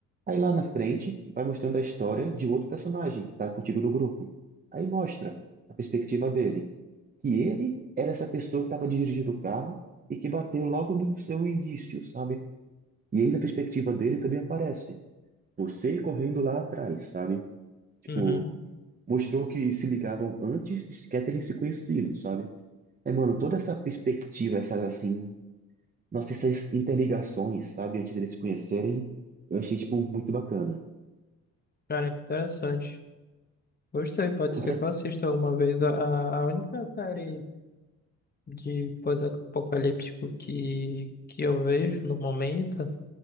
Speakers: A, on the right; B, on the left.
A: Aí lá na frente, vai mostrando a história de outro personagem que tá contigo no grupo. Aí mostra a perspectiva dele. que ele era essa pessoa que estava dirigindo o carro e que bateu logo no seu início, sabe? E aí, na perspectiva dele, também aparece você correndo lá atrás, sabe? Tipo,
B: Uhum.
A: mostrou que se ligavam antes de sequer terem se conhecido, sabe? É, mano, toda essa perspectiva, essas assim, nossa, essas interligações, sabe? Antes deles se conhecerem, eu achei, tipo, muito bacana.
B: Cara, interessante. Gostei, pode
A: Outra.
B: ser que eu assista alguma vez. A, a a única série de pós-apocalíptico que, que eu vejo no momento